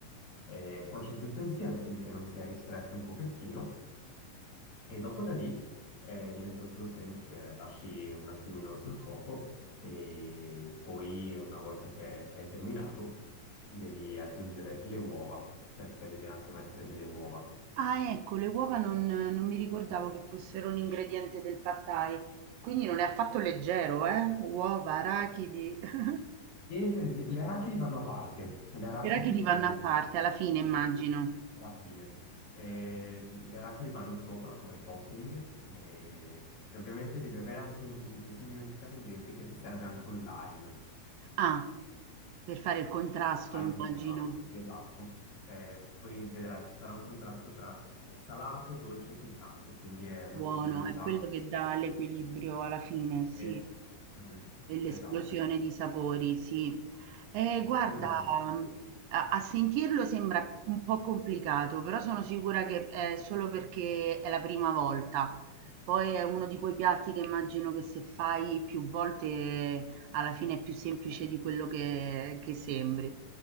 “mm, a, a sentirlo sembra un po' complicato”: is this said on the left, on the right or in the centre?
Right